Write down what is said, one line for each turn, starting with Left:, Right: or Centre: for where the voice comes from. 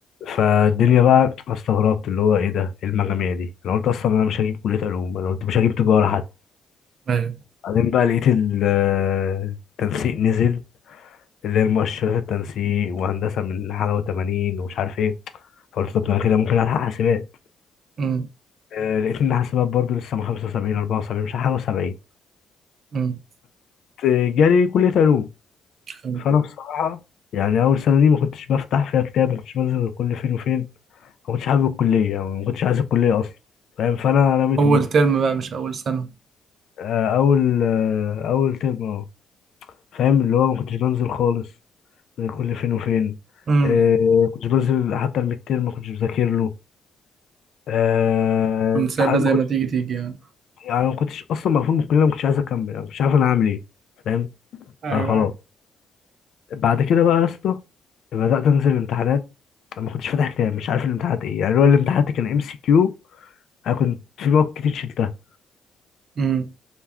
Left: فالدنيا بقى استغربت اللي هو ايه ده ايه المجاميع دي انا قلت اصلا انا مش هجيب كليه علوم انا قلت مش هجيب تجاره
Right: ايوه
Left: بعدين بقى لقيت ال- التنسيق نزل اللي هي المؤشرات التنسيق وهندسة من حاجة وتمانين ومش عارف ايه فقلت طب ده انا كده ممكن ألحق حاسبات
Right: امم
Left: آه، لقيت إن حاسبات برضه لسه من 75 74 مش عارف حاجة و70
Right: امم
Left: فجالي كلية علوم
Right: حلو
Left: فأنا بصراحة يعني أول سنة دي ما كنتش بفتح فيها كتاب ما كنتش بنزل غير كل فين وفين ما كنتش حابب الكلية يعني ما كنتش عايز الكلية أصلا فاهم فأنا رميت
Right: اول
Left: وبيتها
Right: ترم بقى مش اول سنة
Left: آه، أول آه، أول ترم أه فاهم اللي هو ما كنتش بنزل خالص كل فين وفين
Right: امم
Left: آه كنت بنزل حتى الميد تيرم ما كنتش بذاكر له آه
Right: كنت سايبها
Left: ساعات
Right: زي
Left: ما كنتش
Right: ما تيجي تيجي يعني
Left: يعني ما كنتش اصلا مقفول من الكليه ما كنتش عايز اكمل يعني ما كنتش عارف انا هعمل ايه فاهم
Right: ايوه
Left: فخلاص
Right: ايوه
Left: بعد كده بقى يا اسطى بدات انزل الامتحانات انا ما كنتش فاتح كتاب مش عارف الامتحانات ايه يعني هو الامتحانات كان ام سي كيو انا كنت في مواد كتير شلتها
Right: امم